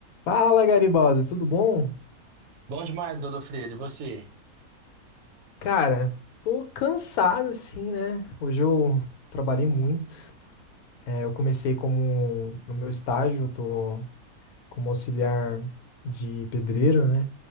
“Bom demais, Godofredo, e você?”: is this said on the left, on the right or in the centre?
Right